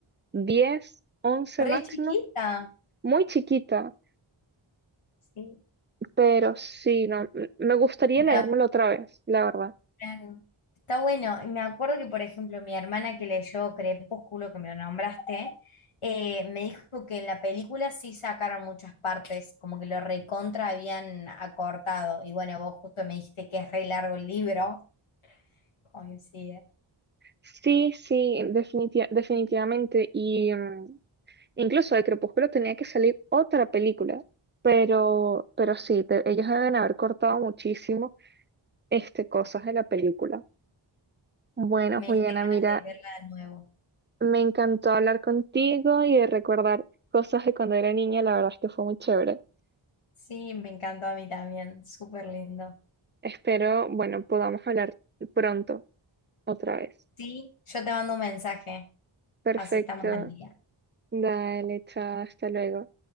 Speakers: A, on the right; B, on the left.
A: 10, 11
B: Re
A: máximo,
B: chiquita.
A: muy chiquita.
B: Sí.
A: Pero sí, no, m- me gustaría
B: Me,
A: leérmelo
B: a-
A: otra vez, la verdad.
B: Claro. Está bueno. Me acuerdo que, por ejemplo, mi hermana que leyó Crepúsculo, que me lo nombraste, eh, me dijo que en la película sí sacaron muchas partes, como que lo recontra habían acortado. Y bueno, vos justo me dijiste que es re largo el libro. Coincide.
A: Sí, sí, definitiva- definitivamente. Y mm, incluso de Crepúsculo tenía que salir otra película, pero, pero sí, te- ellos deben haber cortado muchísimo este, cosas de la película. Bueno,
B: Me
A: Juliana,
B: diste ganas
A: mira,
B: de verla de nuevo.
A: me encantó hablar contigo y de recordar cosas de cuando era niña, la verdad es que fue muy chévere.
B: Sí, me encantó a mí también. Súper lindo.
A: Espero, bueno, podamos hablar pronto otra vez.
B: Sí, yo te mando un mensaje.
A: Perfecto.
B: Así estamos al día.
A: Dale, chao, hasta luego.